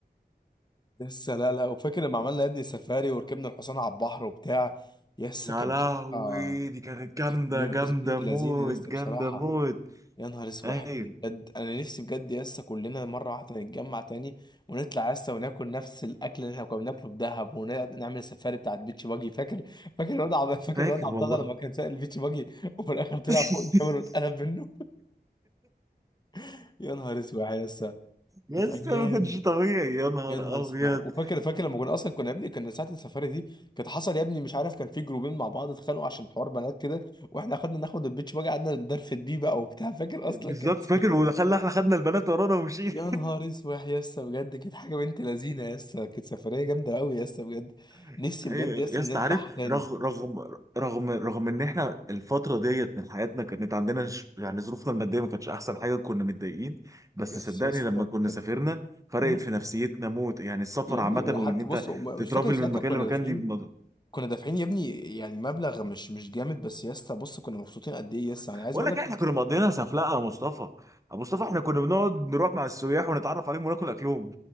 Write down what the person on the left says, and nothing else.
لسه لا لا وفاكر لما عملنا يا ابني سفاري وركبنا الحصان على البحر وبتاع يس
كانت
بصراحه
كانت ميمز
بنت
لذينه لسه بصراحه
يا نهار اسود
حلو بجد انا نفسي بجد يا اسطى كلنا مره واحده نتجمع تاني ونطلع يا اسطى وناكل نفس الاكل اللي احنا كنا بناكله في دهب ونعمل السفاري بتاعت بيتش باجي فاكر فاكر الواد عبد فاكر
الواد عبد
الله لما كان سائل البيتش باجي وفي الاخر طلع
فوق الجبل واتقلب منه <laughs> يا نهار اسود يا اسطى
كانت
ايام
يا نهار اسود
وفاكر فاكر لما كنا اصلا كنا يا ابني كنا ساعه السفاري دي كانت حصل يا ابني مش عارف كان في جروبين مع بعض اتخانقوا عشان حوار بنات كده واحنا خدنا ناخد البيتش باجي قعدنا ندرفد بيه بقى وبتاع فاكر اصلا
كانت
يا نهار اسود يا اسطى بجد كانت حاجه بنت لذينه يا اسطى كانت سفريه جامده قوي يا اسطى بجد
نفسي
بجد يا اسطى
ان نطلعها
تاني
بس
يا اسطى
كانت
مم.
يا ابني
وحتى
بص وم-
مش فاكر ساعتها
كنا
دافعين
كنا دافعين يا ابني يعني مبلغ مش مش جامد بس يا اسطى بص كنا مبسوطين قد ايه يا اسطى يعني عايز
اقول
لك